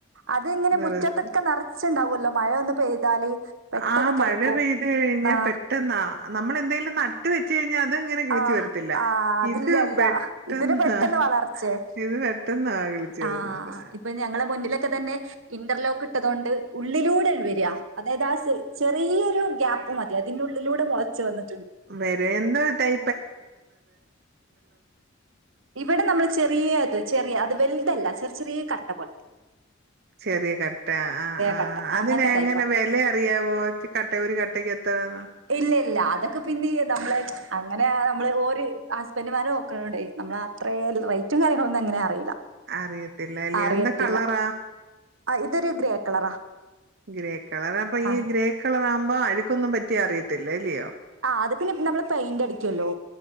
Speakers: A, on the right; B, on the right.
A: അതിങ്ങനെ മുറ്റത്തൊക്കെ
B: റെസ്റ്റ്.
A: നിറച്ചുണ്ടാവുവല്ലോ മഴ വന്ന് പെയ്താല് പെട്ടെന്ന്
B: ആഹ്
A: കിളിർക്കും
B: മഴ പെയ്ത് കഴിഞ്ഞാൽ
A: ആ
B: പെട്ടെന്നാ നമ്മള് എന്തെങ്കിലും നട്ട് വെച്ച് കഴിഞ്ഞാ അത് ഇങ്ങനെ കിളിച്ചു
A: ആഹ്
B: വരത്തില്ല
A: ആഹ് അതില്ലല്ല
B: ഇത് പെട്ടെന്നാ
A: ഇതിന് പെട്ടെന്ന് വളർച്ചയാ
B: ഇത് പെട്ടെന്നാ കിളിച്ചു വരുന്നത്
A: ആഹ് ഇപ്പോ ഞങ്ങളെ മുന്നിലൊക്കെ തന്നെ ഇൻഡർ ലോക്ക് ഇട്ടതുകൊണ്ട് ഉള്ളിലൂടെ വര്യാ അതായത് ആ ചെറിയൊരു ഗ്യാപ്പു മതി അതിന്റെ ഉള്ളിലൂടെ മോളച്ചു വന്ന്
B: വെരെ എന്ത് ടൈ
A: ഇവിടെ നമ്മള് ചെറിയത്, ചെറിയ ഇതല്ല ചെറിയ ചെറിയ കട്ട പോലത്തെ
B: ചെറിയ കട്ട ആ, ആ
A: കട്ട
B: അതിന
A: അങ്ങനത്തെ
B: എങ്ങനെ
A: ടൈപ്പാ
B: വില അറിയാവോ കട്ട ഒരുര കട്ടക്ക് എത്രാന്ന്.
A: ഇല്ല ഇല്ല അതൊക്കെ പിന്നെ നമ്മള് അങ്ങനെ നമ്മള് ഓര് ഹസ്ബൻഡുമാരെ നോക്കണടേ, നമ്മള് അത്രേ റേറ്റും കാര്യങ്ങളൊന്നും അങ്ങനെ അറിയില്ല
B: അറിയത്തില്ലലൃയോ
A: അറിയത്തില്ല
B: എന്താ കളറാ?
A: ആ, ഇതൊരു ഗ്രേ കളറാ
B: ഗ്രേ കളർ അപ്പൊ
A: ആ
B: ഈ ഗ്രേ കളർ ആവുമ്പോ അഴക്കൊന്നും പറ്റിയാ അറിയത്തില്ല ഇല്ലിയോ
A: ആ അത് പിന്നെ നമ്മള് പെയിന്റ് അടിക്കുവല്ലോ,